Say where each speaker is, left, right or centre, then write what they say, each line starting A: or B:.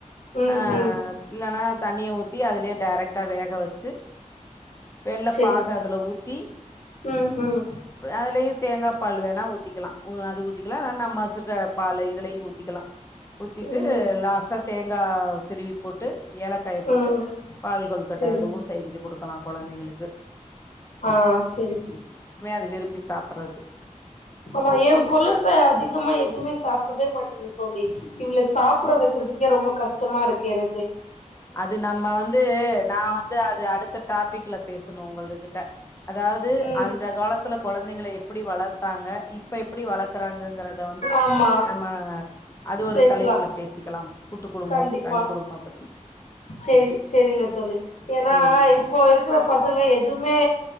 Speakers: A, on the left; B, on the left.
A: ம்
B: அஹ்
A: ம்
B: இல்லனா தண்ணியை ஊத்தி அதுலயே டைரெக்டா வேக வெ ச்சு வெள்ள
A: செரி
B: பாக அதுல ஊத்தி
A: ம் ம்
B: அதுலயே தேங்கா பால் வேணா ஊத்திக்கலா ஊ அது ஊத்திக்கலா வேணா நம்ம வெச்சிருக்க பால் இதுலயையு ஊத்திக்கலா ஊத்திட்டு
A: ம்
B: லாஸ்டா தேங்கா திருவி போட்டு ஏலக்காய போட்டு
A: ம்
B: பால் கொலுகட்ட
A: செரி
B: அதுவு செஞ்சு குடுக் கலா குழந்தைங்களுக்கு
A: ஆஹ் சேரி
B: அது விரும்பி சாப்பறது
A: ஆமா எ கொழந்த அதிகமா எதுவுமே சாப் ப்பிடவே மாட்டேங்கிது தோழி இவள சாப்பிட வெக்கிறதுக்கே ரொம்ப கஷ்டமா இருக்கு எனக்
B: அது நம்ம வந்து நா வந்து அது அடுத்த டாபிக் ல பேசணு உங்கள் கிட்ட அதாவது
A: ம்
B: அந்த காலத்துல கொழந்தைங்கள எப்படி வளத்தாங்க இப்ப எப்படி வளக்கறாங்கங்கறத வந்து
A: ஆமா
B: நம்ம அது ஒரு
A: பேசலா
B: தலைப்புல பேசிக்கலாம் கூட்டு குடும்பம்
A: கண்டிப்பா
B: தனி குடும்ப பத்தி
A: சேரி சேரிங்க தோழி ஏனா
B: சரிங்க
A: இப்போ இருக்கிற பசங்க எதுமே